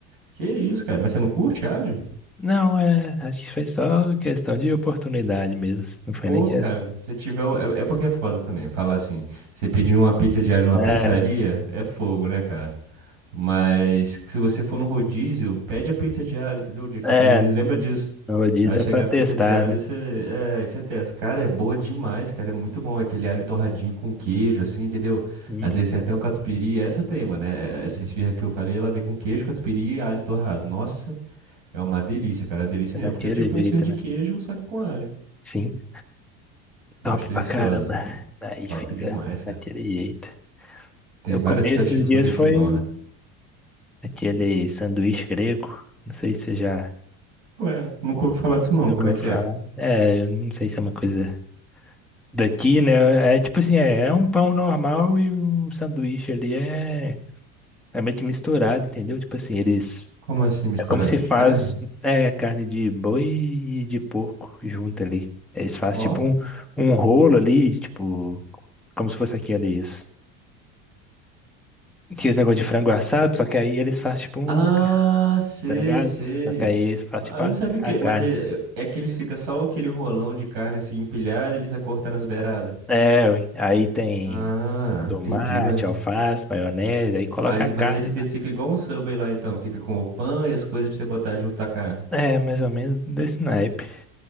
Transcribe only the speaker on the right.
Que isso, cara? Mas você não curte alho?
Pô,
cara, se tiver. o- É, é porque é foda também. Falar assim, você pedir uma pizza de alho numa
pizzaria é fogo, né, cara? Mas se você for no rodízio, pede a pizza de alho, entendeu? O dia que
você for no rodízio, lembra disso.
Aí
chegar
a pizza de alho,
você, é, aí você testa. Cara, é boa demais, cara. É muito bom. É Aquele alho torradinho com queijo, assim, entendeu?
Às vezes tem até um catupiry. Essa tem, mano. é- é, Essa esfirra que eu falei, ela vem com queijo, catupiry e alho torrado. Nossa, é uma delícia, cara. É uma delícia
mesmo. Porque é tipo
uma esfirra de
queijo, só que com alho.
Eu
acho delicioso.
Top
demais, cara.
Tem
vários
fast
food
assim
bom, né?
Ué, nunca ouvi falar disso não.
Como
é que
é?
Como assim, misturado
de carne?
Ó.
Ah, sei,
sei.
Ah,
eu
não sabia que,
mas é, é que eles ficam só aquele rolão de carne assim empilhado, e eles acortando as beiradas.
Ah,
entendi, mas
aí,
mas aí eles de-
fica igual um Subway lá então, fica com o pão e as coisas pra você botar junto a carne.